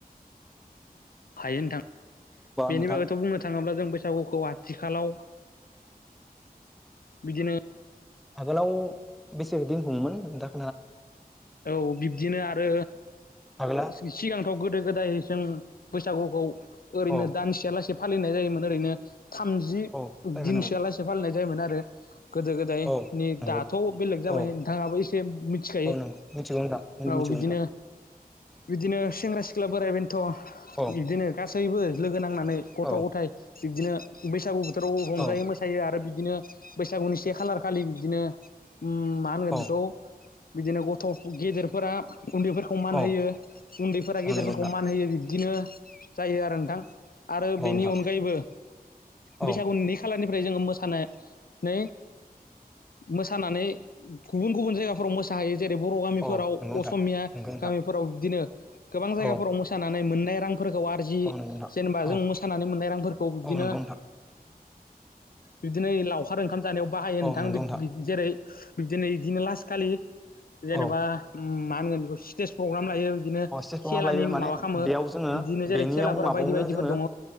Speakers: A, on the left (about 70°); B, in the centre.
A: हायो नोंथां बेनि
B: नोंथां
A: बागैथ' बुंनो थाङोब्ला जों बैसागुखौ आथिखालाव बिदिनो
B: आगोलाव बेसे दिन बुङोमोन द
A: औ बिब्दिनो आरो
B: आगोला
A: सिगां गोदो गोदाय जों बैसागुखौ ओरैनो
B: औ
A: दानसेया लासे फालिनाय जायोमोन ओरैनो थामजि
B: औ टाइम
A: दिनसोआलासे
B: होनांगौ
A: फालिनाय जायोमोन आरो गोदो गोदायनि
B: औ नंगौ
A: दाथ' बेलेग जाबाय
B: औ
A: नोंथाङाबो एसे मि औ
B: औ नंगौ मिथिगौ नोंथां मिथिगौ
A: बिदिनो
B: नोंथां
A: बिदीनो सेंग्रा सिख्ला बोराय बेनोथ'
B: औ
A: बिदिनो गासैबो होनांनानै गथ'
B: औ
A: गथाय बिदिनो बैसागु बोथोराव रंजायो
B: औ
A: मोसायो आरो बिदिनो बैसागुनि से खालार खालि बिदिनो मा होनगोन
B: औ
A: बेखौ बिदिनो गथ' गेदेरफोरा उन्दैफोरखौ मान
B: औ
A: होयो उन्दैफोरा गेदेरफोरखौ
B: नंगौ नोंथां
A: मान होयो बिब्दिनो जायो आरो नोंथां आरो
B: औ
A: बेनि
B: नोंथां
A: अनगायैबो बैसागुनि
B: औ
A: नै खालारनि ओमफ्राय जोङो मोसानानै मोसानानै गुबुन गुबुन जायगाफोराव मोस मोसा हायो जेरै बर' गामिफोराव
B: औ नंगौ नोंथां
A: असमिया
B: नंगौ नोंथां
A: गामिफोराव बिदिनो गोबां जायगाफोराव
B: औ
A: मोसानानै मोन नाय रांफोरखौ आरजि
B: औ नंगौ नोंथां
A: जेनेबा
B: औ
A: जों मोसानानै मोननाय रांफोरखौ बिबदिनो
B: औ नंगौ नोंथां
A: बिबदिनो लावखार ओंखाम जानायाव बाहायो
B: औ
A: नोंथां
B: नंगौ
A: जेरै बिदिनो बिदिनो लासस खालि जेनेबा
B: औ
A: मा होनगोन बेखौ स्टेज प्रग्राम लायो बिदिनो
B: अ स्टेज प्रग्राम
A: खेलानि
B: लायो माने
A: माबा खामो
B: बेयाव जोङो
A: बिदिनो जेरै
B: बेनियाव
A: खेलाफोरा
B: माबायावनो
A: बायदि बायदिफोर
B: जोङो
A: दङ